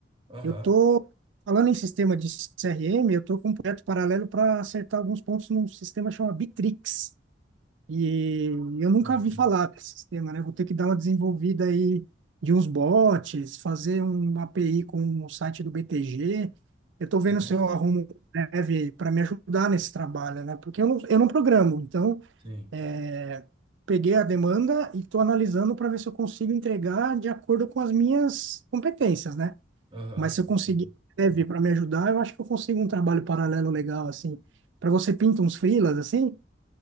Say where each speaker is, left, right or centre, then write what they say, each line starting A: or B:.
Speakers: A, on the right; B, on the right.
A: Aham.
B: Eu tô falando em sistema de CRM, eu tô com um projeto paralelo para acertar alguns pontos num sistema chamado Bitrix. E eu nunca
A: Acho
B: vi
A: que.
B: falar desse sistema, né? Vou ter que dar uma desenvolvida aí de uns bots, fazer uma API com o site do BTG. Eu estou vendo
A: Nossa.
B: se eu arrumo um dev para me ajudar nesse trabalho, né? Porque eu não, eu não programo, então
A: Sim.
B: é, peguei a demanda e estou analisando para ver se eu consigo entregar de acordo com as minhas competências, né?
A: Aham.
B: Mas se eu conseguir
A: Entendi.
B: um dev para me ajudar, eu acho que eu consigo um trabalho paralelo legal, assim. Para você pinta uns freelas, assim?